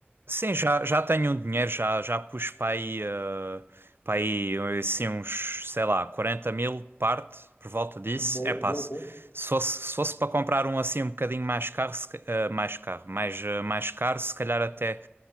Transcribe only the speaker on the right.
Sim, já, já tenho um dinheiro, já, já pus para aí, eh, para aí eh, assim, uns, sei lá, 40 mil parte por volta disso.
É pá,
se
se fosse, se fosse para comprar um assim um bocadinho mais caro, se ca- eh, mais caro, mais, eh, mais caro, se calhar até